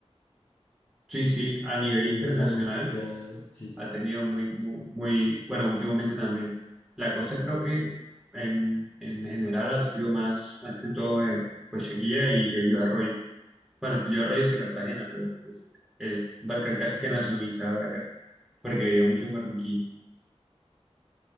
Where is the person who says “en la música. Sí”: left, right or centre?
Left